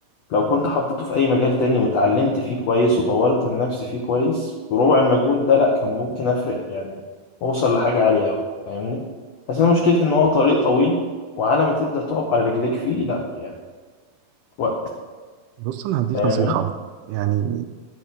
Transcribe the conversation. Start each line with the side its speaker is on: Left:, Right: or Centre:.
Left: لو كنت حطيته في أي مجال تاني واتعلمت فيه كويس وطورت من نفسي فيه كويس بربع المجهود ده لأ كان ممكن أفرق يعني أوصل لحاجة عالية أوي فاهمني بس أنا مشكلتي إن هو طريق طويل وعلى ما تبدأ تقف على رجليك فيه لأ يعني وقت
Right: بص انا هديك
Left: فاهمني
Right: نصيحة يعني